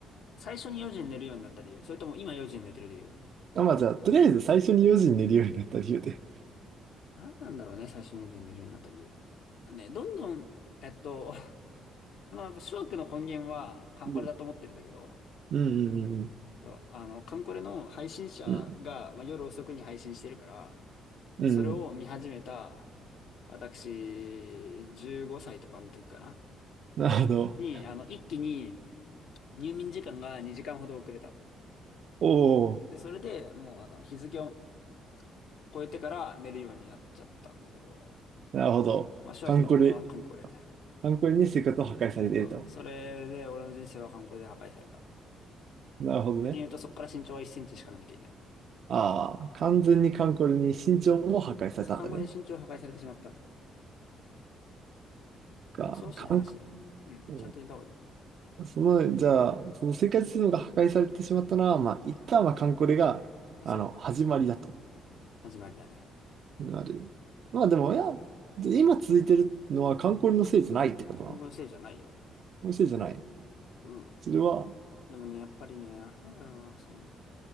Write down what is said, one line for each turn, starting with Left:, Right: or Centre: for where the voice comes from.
Left: 最初に4時に寝るようになった理由、それとも今4時に寝てる理由。
Right: あ、まあじゃあ、とりあえず最初に4時に寝るようになった理由で。
Left: 何なんだろうね、最初に4時に寝るようになった理由。ね、どんどん、えっと、まあ、やっぱ諸悪の根源はカンコレだと思ってるんだけど、
Right: うん。うんうん
Left: そう、あの、カンコレの配信者が、
Right: うんうん。
Left: まあ、夜遅くに配信してるから、
Right: うん。
Left: それを見始めた、私、15歳とかの時かな、
Right: なるほど。
Left: に、あの、一気に入眠時間が2時間ほど遅れたの。
Right: おお、
Left: で、それでもう、あの、日付を超えてから寝るようになっちゃったんだけど、
Right: なるほど。
Left: まあ、諸悪の根源はカンコレ。
Right: カンコレ、カンコレに生活を破壊されていると。
Left: そうそれで、俺の人生はカンコレで破壊された。っ
Right: なるほどね。
Left: て言うと、そこから身長は1センチしか伸びていない。
Right: ああ、完全にカンコレに身長も破壊されたんだね。
Left: そう、看護に身長を破壊されてしまった。
Right: か、
Left: 恐ろしい話だよね。
Right: カンコ、
Left: うん。
Right: う
Left: ちゃんと寝た方がいい。
Right: んその、じゃあ、その生活するのが破壊されてしまったのは、まあ、一旦はカンコレが、あの、
Left: そう。
Right: 始まりだと。
Left: 始まりだね。
Right: なる。まあでも、いや、今続いてるのはカンコレのせいじゃないってことなの。
Left: 今後のせいじゃないよ。
Right: のせいじゃない。
Left: うん。
Right: それは、
Left: でもね、やっぱりね、なんだろうな、その、